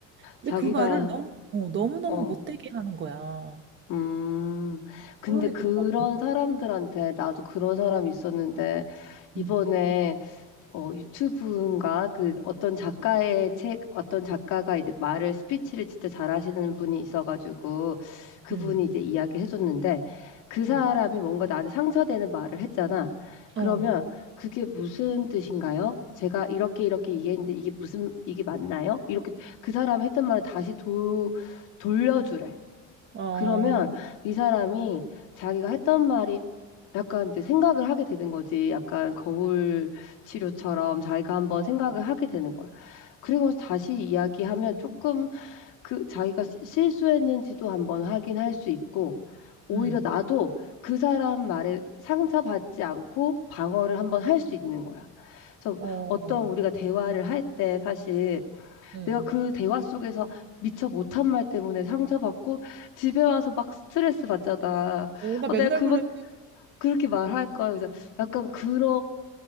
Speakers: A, on the right (about 35°); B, on the left (about 65°).
A: 근데
B: 자기가,
A: 그 말을 너무, 어, 너무너무
B: 어,
A: 못되게 하는 거야.
B: 음. 근데
A: 그러니까
B: 그런
A: 막,
B: 사람들한테, 나도 그런 사람이 있었는데, 이번에
A: 음,
B: 어, 유튜브인가? 그 어떤 작가의 책, 어떤 작가가 이제 말을, 스피치를 진짜 잘하시는 분이 있어가지고 그분이
A: 음,
B: 이제 이야기 해줬는데 그 사람이
A: 음.
B: 뭔가 나한테 상처되는 말을 했잖아. 그러면
A: 어,
B: 그게 무슨 뜻인가요? 제가 이렇게 이렇게 이해했는데 이게 무슨, 이게 맞나요? 이렇게 그 사람이 했던 말을 다시 도, 돌려주래.
A: 어,
B: 그러면
A: 어,
B: 이 사람이 자기가 했던 말이 약간 이제 생각을 하게 되는 거지. 약간 거울 치료처럼 자기가 한번
A: 어,
B: 생각을 하게 되는 거야. 그리고 다시 이야기하면 조금 그 자기가 시- 실수했는지도 한번 확인할 수 있고, 오히려
A: 음,
B: 나도 그 사람 말에 상처받지 않고 방어를 한번 할 수 있는 거야. 그래서
A: 어,
B: 어떤 우리가 대화를 할 때 사실
A: 음.
B: 내가 그 대화 속에서 미처 못한 말 때문에 상처받고 집에 와서 막 스트레스 받잖아.
A: 어, 나
B: 어,
A: 맨날
B: 내가 그
A: 그래.
B: 그렇게 말할 거야. 그래서 약간 그런